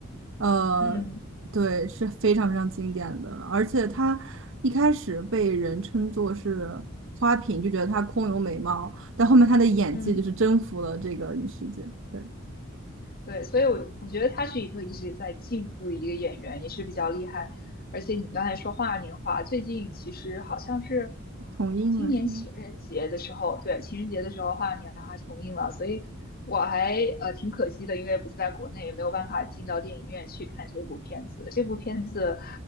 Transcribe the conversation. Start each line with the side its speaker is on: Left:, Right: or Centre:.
Right: 呃，
Left: 嗯
Right: 对，是非常非常经典的。而且她一开始被人称作是花瓶，就觉得她空有美貌。但后面他的演技就是征服了这个影视界，
Left: 嗯。
Right: 对，
Left: 对，所以我我觉得他是一个一直在进步的一个演员，也是比较厉害。而且你刚才说花样年华，最近其实好像是
Right: 重映了是吗？
Left: 今年情人节的时候，对，情人节的时候花样年华重映了，所以我还呃挺可惜的，因为不在国内，也没有办法进到电影院去看这部片子。这部片子